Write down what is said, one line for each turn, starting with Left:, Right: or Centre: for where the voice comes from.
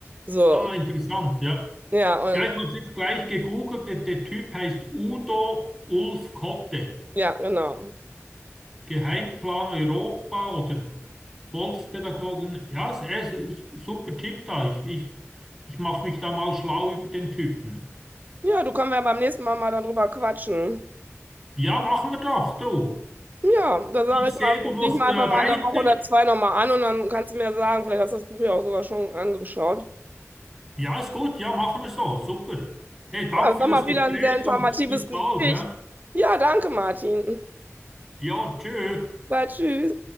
Right: So,
Centre: Ah, interessant, ja.
Right: ja, und
Centre: Ja, ich habe jetzt gleich gegoogelt. Der, der Typ heißt Udo Ulf Kotte.
Right: ja, genau.
Centre: Geheimplan Europa oder Volkspädagogen. Ja, es es ist ein super Tipp da. Ich, ich, ich mache mich da mal schlau über den Typen.
Right: Ja, du können wir beim nächsten Mal mal dann drüber quatschen.
Centre: Ja, machen wir doch, du.
Right: Ja, da sage
Centre: Ich
Right: ich
Centre: sehe,
Right: mal,
Centre: du
Right: ruf
Centre: musst
Right: dich mal
Centre: äh,
Right: einfach mal
Centre: weiter.
Right: in der Woche oder zwei nochmal an und dann kannst du mir sagen, vielleicht hast du das Buch ja auch sogar schon angeschaut.
Centre: Ja, ist gut. Ja, machen wir so. Super. Hey, danke
Right: Ja, das
Centre: für
Right: war
Centre: das
Right: mal
Centre: Gespräch
Right: wieder ein sehr informatives
Centre: und bis
Right: Gespräch.
Centre: bald. Hä?
Right: Ja, danke, Martin.
Centre: Ja, tschüss.
Right: Bis tschüss.